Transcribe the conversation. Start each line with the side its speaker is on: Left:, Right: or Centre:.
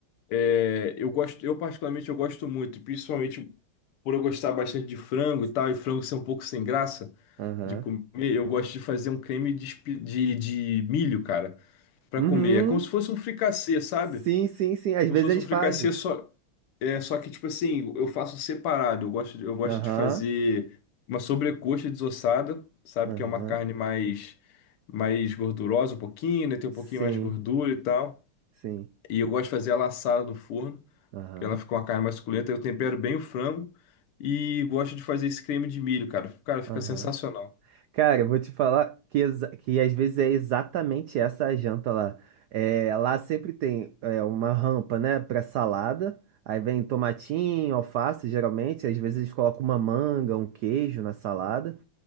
Left: É, eu gosto, eu particularmente eu gosto muito, principalmente por eu gostar bastante de frango e tal, e frango ser um pouco sem graça
Right: aham,
Left: de comer, eu gosto de fazer um creme de, espi- de, de milho, cara, pra
Right: uhum,
Left: comer. É como se fosse um fricassê, sabe?
Right: sim, sim, sim, às
Left: Como
Right: vezes
Left: se fosse
Right: eles
Left: um fricassê
Right: fazem,
Left: só. É, só que, tipo assim, eu faço separado. Eu gosto de, eu gosto
Right: aham,
Left: de fazer uma sobrecoxa desossada, sabe?
Right: aham,
Left: Que é uma carne mais, mais gordurosa um pouquinho, né? Tem
Right: sim,
Left: um pouquinho mais de gordura e tal.
Right: sim,
Left: E eu gosto de fazer ela assada no forno,
Right: aham,
Left: que ela fica uma carne mais suculenta. Eu tempero bem o frango e gosto de fazer esse creme de milho, cara. Cara, fica
Right: aham.
Left: sensacional.
Right: Cara, eu vou te falar que, exa- que às vezes é exatamente essa a janta lá. É, lá sempre tem é, uma rampa, né, pra salada. Aí vem tomatinho, alface, geralmente. Às vezes eles colocam uma manga, um queijo na salada,